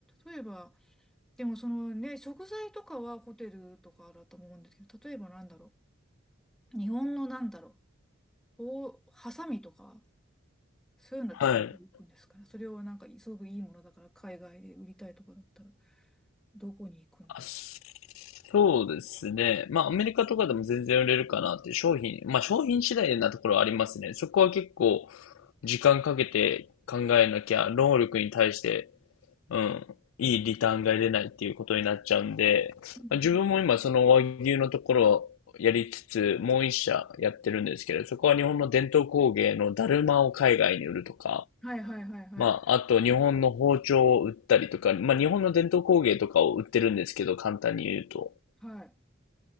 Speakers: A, in the centre; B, on the left.
A: 例えば、でもそのね、食材とかはホテルとかだと思うんですけど、例えばなんだろう。日本のなんだろう。こう、ハサミとか、そういうのだったらどこに行くんですかね。
B: はい。
A: それをなんか、すごくいいものだから、海外で売りたいとかだったら、どこに行くんですか。
B: あ、そうですね。まあ、アメリカとかでも全然売れるかなっていう商品、まあ、商品次第なところはありますね。そこは結構、時間かけて考えなきゃ、労力に対して、うん、いいリターンが出ないっていうことになっちゃうんで、
A: うんうん
B: まあ自分も今その和牛のところをやりつつ、もう一社やってるんですけど、そこは日本の伝統工芸のだるまを海外に売るとか、
A: はいはいはいはい。
B: まあ、あと日本の包丁を売ったりとか、まあ日本の伝統工芸とかを売ってるんですけど、簡単に言うと。
A: はい。